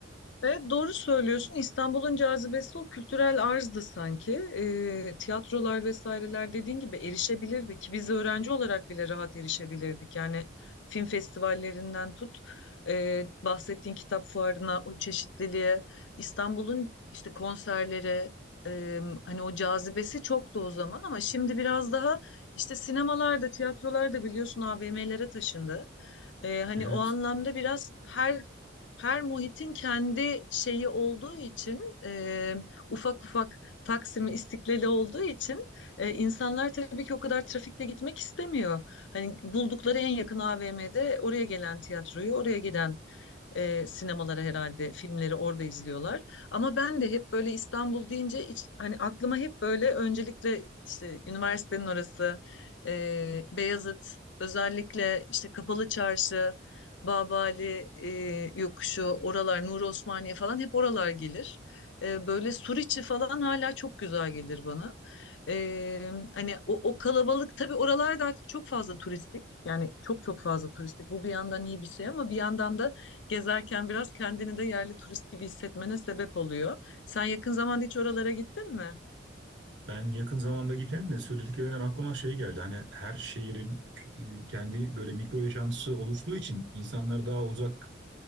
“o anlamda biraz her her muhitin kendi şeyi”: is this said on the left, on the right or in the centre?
Left